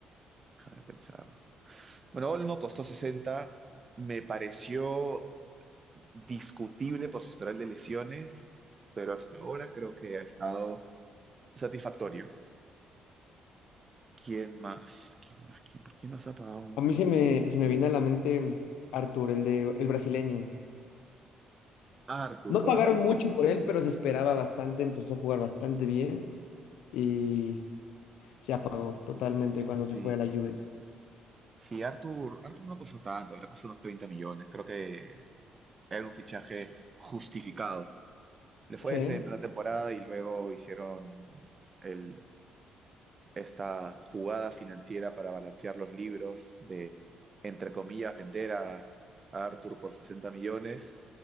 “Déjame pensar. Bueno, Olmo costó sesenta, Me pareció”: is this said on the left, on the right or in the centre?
Right